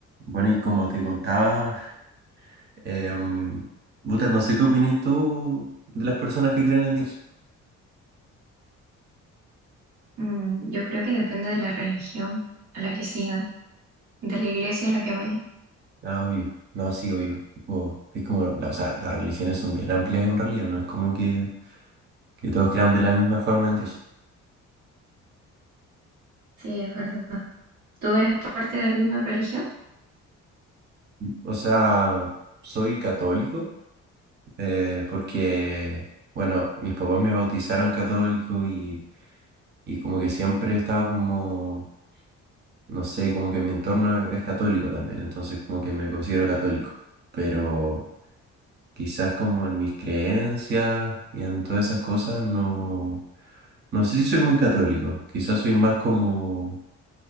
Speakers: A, on the right (about 35°); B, on the right (about 80°).
A: Bueno, y como te contaba, em, puta, no sé qué opinas tú de las personas que creen en Dios.
B: Mm, yo creo que depende de la religión a la que sigan, de la iglesia a la que vayan.
A: Ah, obvio. No, sí, obvio. Tipo, es como, la- o sea, las religiones son bien amplias en realidad, no es como que, que todos crean de la misma forma en Dios.
B: Sí, es verdad. ¿Tú eres parte de alguna religión?
A: O sea, soy católico eh, porque, bueno, mis papás me bautizaron católico y, y como que siempre he estado como, no sé, como que mi entorno es católico también, entonces como que me considero católico. Pero... quizás como en mis creencias y en todas esas cosas, no, no sé si soy muy católico, quizás soy más como,